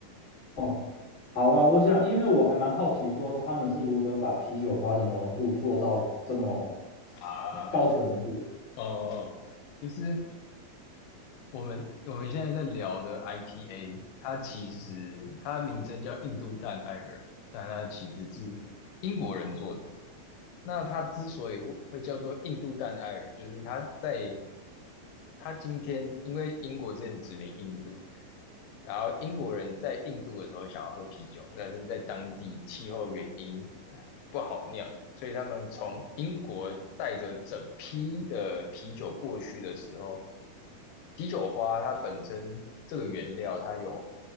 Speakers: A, on the left; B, on the left.
A: 哦，好啊，我想，因为我还蛮好奇，说他们是如何把啤酒花的浓度做到这么
B: 啊，
A: 高纯度的。
B: 哦哦，就是我们我们现在在聊的 IPA，它其实它名称叫印度淡艾尔，但它其实是英国人做的。那它之所以会叫做印度淡艾尔，就是它在他今天因为英国之前殖民印度，然后英国人在印度的时候想要喝啤酒，但是在当地气候原因不好酿，所以他们从英国带着整批的啤酒过去的时候，啤酒花它本身这个原料它有